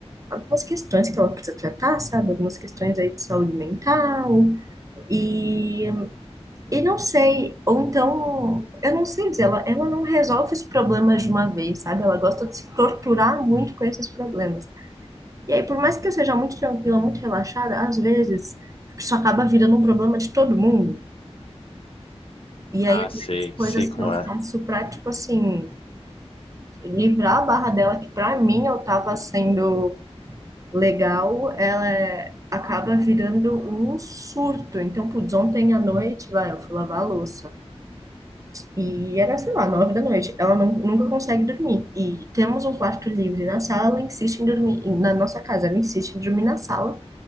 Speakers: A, on the right (about 30°); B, on the left (about 55°).
A: algumas questões que ela precisa tratar, sabe? Algumas questões aí de saúde mental. E, e não sei, ou então, eu não sei dizer, ela, ela não resolve os problemas de uma vez, sabe? Ela gosta de se torturar muito com esses problemas. E aí, por mais que eu seja muito tranquila, muito relaxada, às vezes isso acaba virando um problema de todo mundo. E aí,
B: Ah,
A: às
B: sei,
A: vezes, coisas
B: sei como
A: que eu
B: é.
A: faço pra, tipo assim, livrar a barra dela, que pra mim eu tava sendo legal, ela é- acaba virando um surto. Então, putz, ontem à noite, vai, eu fui lavar a louça. E era, sei lá, nove da noite. Ela não, nunca consegue dormir. E temos um quarto livre na sala, ela insiste em dormir, na nossa casa, ela insiste em dormir na sala,